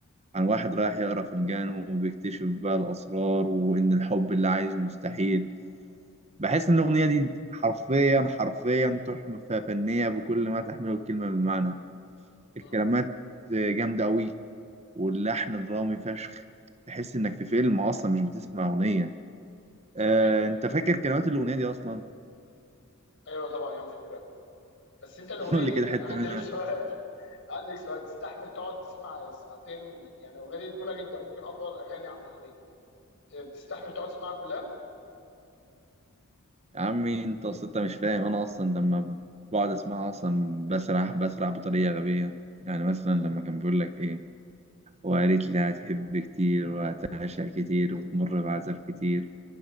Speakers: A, on the right (about 30°); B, on the left (about 55°).
A: عن واحد رايح يقرا فنجان وبيكتشف بقى الاسرار وان الحب اللي عايزه مستحيل بحس ان الاغنيه دي حرفيا حرفيا تحفه فنيه بكل ما تحمله الكلمه من معنى الكلمات
B: امم
A: جامده قوي واللحن درامي فشخ تحس انك في فيلم اصلا مش بتسمع اغنيه
B: صحيح
A: آه، انت فاكر كلمات الاغنيه دي اصلا
B: ايوه طبعا يا عم فكره بس انت الاغنيه
A: <laughs> قول
B: دي
A: لي كده حته
B: انا عندي
A: منها
B: لك سؤال <laughs> عندي لك سؤال تستحمل تقعد تسمع ساعتين يعني الاغنيه دي طويله جدا ممكن اطول اغاني عبد الحليم بتستحمل تقعد تسمعها كلها
A: يا عمي انت اصلا انت مش فاهم انا اصلا لما بقعد اسمعها اصلا بسرح بسرح بطريقه غبيه يعني مثلا لما كان بيقول لك ايه وقالت لي هتحب كتير وهتعشق كتير وتمر بعذاب كتير